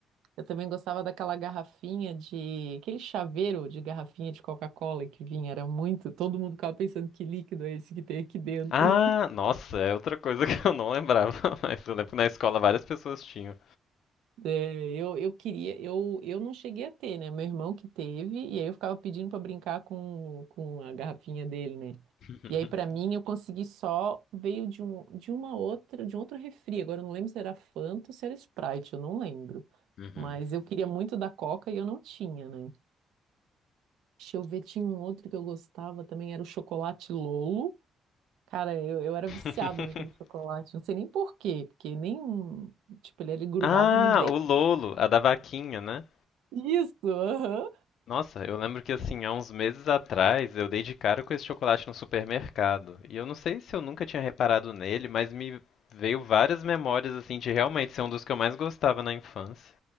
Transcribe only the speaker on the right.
eu também gostava daquela garrafinha de, aquele chaveiro de garrafinha de Coca-Cola que vinha, era muito, todo mundo ficava pensando que líquido é esse que tem aqui dentro.
É, eu, eu queria, eu, eu não cheguei a ter, né? Meu irmão que teve, e aí eu ficava pedindo para brincar com, com a garrafinha dele, né?
E aí para mim eu consegui só, veio de um, de uma outra, de um outro refri. Agora eu não lembro se era Fanta ou se era Sprite, eu não lembro.
Mas eu queria muito da Coca e eu não tinha, né? Deixa eu ver, tinha um outro que eu gostava também, era o chocolate Lolo. Cara, eu, eu era
viciada naquele chocolate, não sei nem por quê, porque nem, tipo, ele, ele grudava
no dente.
Isso, aham.